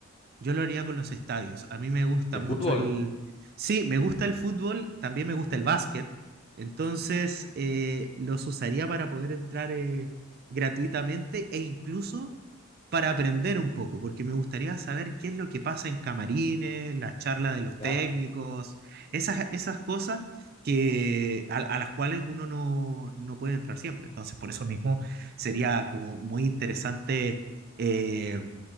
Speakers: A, on the right; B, on the left.
A: Yo lo haría con los estadios. A mí me gusta
B: ¿De
A: mucho
B: fútbol?
A: el... Sí, me gusta el fútbol, también me gusta el básquet. Entonces, eh, los usaría para poder entrar eh, gratuitamente e incluso para aprender un poco, porque me gustaría saber qué es lo que pasa en camarines, la charla de los
B: Claro.
A: técnicos, esas, esas cosas que, a, a las cuales uno no, no puede entrar siempre. Entonces, por eso mismo sería como muy interesante. eh,